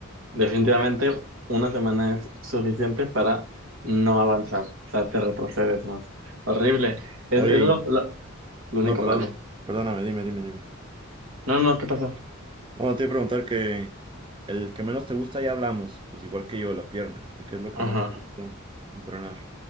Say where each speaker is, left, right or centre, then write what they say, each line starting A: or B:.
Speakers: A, on the right; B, on the right.
A: Definitivamente una semana es suficiente para no avanzar, o sea, te retrocedes más. Horrible, es,
B: Oye,
A: es lo,
B: y-
A: lo, lo único
B: no, perdón,
A: malo.
B: perdóname, dime, dime, dime.
A: No, no, ¿qué pasó?
B: No, te iba a preguntar que el que menos te gusta ya hablamos, pues igual que yo, la pierna. ¿Y qué es lo que
A: Ajá,
B: más te gusta entrenar?